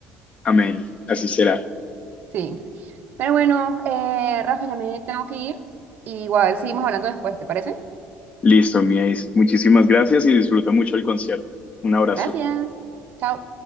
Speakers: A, on the left; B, on the right.
A: Amén. Así será.
B: Sí. Pero bueno, eh, Rafa, ya me tengo que ir. Igual seguimos hablando después, ¿te parece?
A: Listo, mi ace. Muchísimas gracias y disfruta mucho el concierto. Un abrazo.
B: Gracias. Chao.